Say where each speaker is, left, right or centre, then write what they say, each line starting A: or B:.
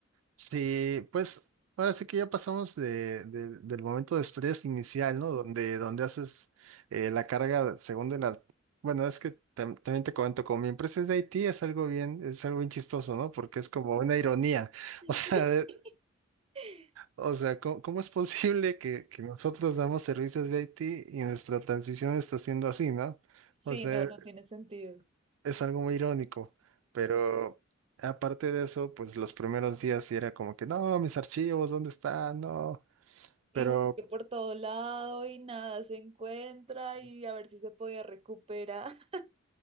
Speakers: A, on the right; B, on the right.
A: Sí, pues ahora sí que ya pasamos de, de- del momento de estrés inicial, ¿no? Donde, donde haces eh, la carga según de la... Bueno, es que tam- también te comento, como mi empresa es de Haití, es algo bien, es algo bien chistoso, ¿no? Porque es como una ironía. <laughs>
B: <laughs>
A: O sea, eh,
B: Sí.
A: o sea, ¿cómo, cómo es posible que, que nosotros damos servicios de Haití y nuestra transición está siendo así, ¿no?
B: Sí,
A: O sea,
B: no, no tiene sentido.
A: es algo muy irónico, pero aparte de eso, pues los primeros días sí era como que, no, mis archivos, ¿dónde están? No, pero
B: Y busqué por todo lado y nada se encuentra y a ver si se podía recuperar. <laughs>